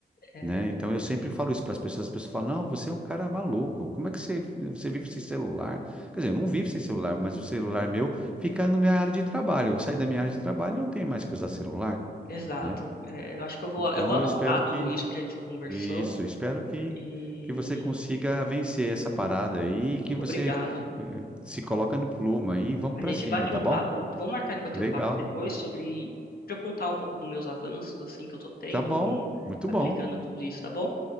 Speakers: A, on the left; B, in the centre.
A: É,
B: né? Então eu sempre falo isso para as pessoas. As pessoas falam: não, você é um cara maluco. Como é que você, você vive sem celular? Quer dizer, eu não vivo sem celular, mas o celular meu fica na minha área de trabalho. Eu saí da minha área de trabalho, eu não tenho mais que usar celular,
A: exato.
B: né?
A: É, eu acho que eu vou,
B: Então
A: eu vou
B: eu
A: anotar
B: espero que
A: tudo isso que a gente conversou
B: isso, espero que
A: e.
B: que você consiga vencer essa parada aí, que você
A: Obrigado.
B: eh, se coloca no plumo aí, e vamos
A: A
B: para
A: gente
B: cima,
A: bate
B: tá
A: um
B: bom?
A: papo, vou marcar de bater
B: Legal.
A: um papo depois sobre, pra eu contar um pouco dos meus avanços, assim, que eu tô tendo
B: Tá bom.
A: com,
B: Muito
A: aplicando
B: bom.
A: tudo isso, tá bom?